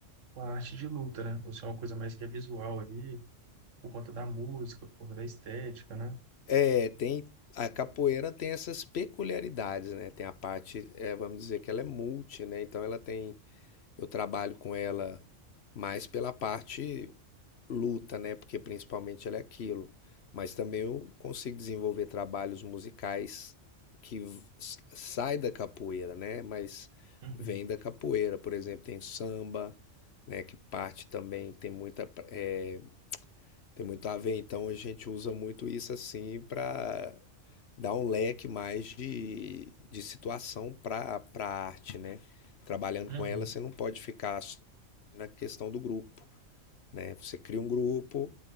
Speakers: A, on the right; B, on the left.
A: com a arte de luta, né? Por ser uma coisa mais que é visual ali, por conta da música, por conta da estética, né?
B: É, tem. A capoeira tem essas peculiaridades, né? Tem a parte, é, vamos dizer que ela é multi, né? Então ela tem. Eu trabalho com ela mais pela parte luta, né? Porque principalmente ela é aquilo. Mas também eu consigo desenvolver trabalhos musicais que v- s- sai da capoeira, né? Mas
A: Uhum,
B: vem da capoeira. Por exemplo, tem samba, né? Que parte também tem muita pra- eh, tem muito a ver. Então a gente usa muito isso assim para dar um leque mais de, de situação para para arte, né? Trabalhando
A: uhum,
B: com ela, você não pode ficar só na questão do grupo né? Você cria um grupo,